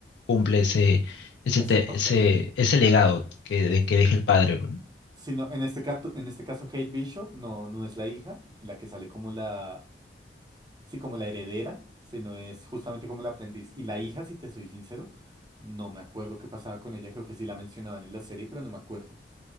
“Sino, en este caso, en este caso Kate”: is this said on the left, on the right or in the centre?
Right